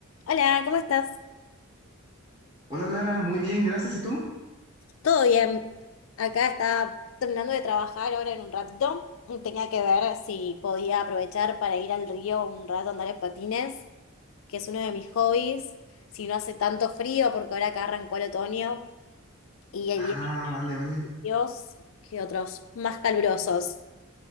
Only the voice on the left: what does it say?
Hola, ¿cómo estás?
¿Todo bien? Acá estaba terminando de trabajar ahora en un ratito. Tenía que ver si podía aprovechar para ir al río un rato a andar en patines, que es uno de mis hobbies. Si no hace tanto frío, porque ahora acá arrancó el otoño y hay
días
fríos que otros más calurosos.